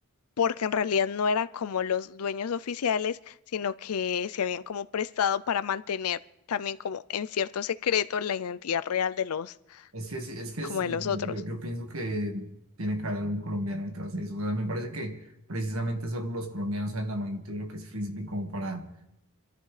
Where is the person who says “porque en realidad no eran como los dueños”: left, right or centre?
Left